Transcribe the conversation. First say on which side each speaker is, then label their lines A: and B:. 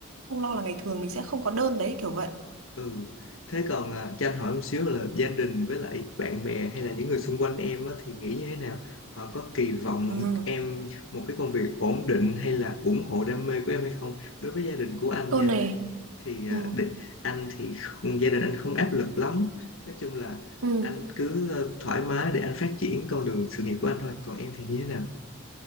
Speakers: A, on the right (about 80°); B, on the left (about 70°).
A: không lo là ngày thường mình sẽ không có đơn đấy kiểu vậy.
B: ừ thế còn à, cho anh hỏi một xíu là gia đình với lại bạn bè hay là những người xung quanh em á, thì nghĩ như thế nào họ có kỳ vọng
A: Ừ.
B: em một cái công việc ổn định hay là ủng hộ đam mê của em hay không đối với gia đình của anh
A: Câu
B: nha
A: này
B: thì
A: ừ.
B: à, để, anh thì không, gia đình anh không áp lực lắm nói chung là
A: Ừ.
B: anh cứ ờ, thoải mái để anh phát triển con đường sự nghiệp của anh thôi còn em thì như thế nào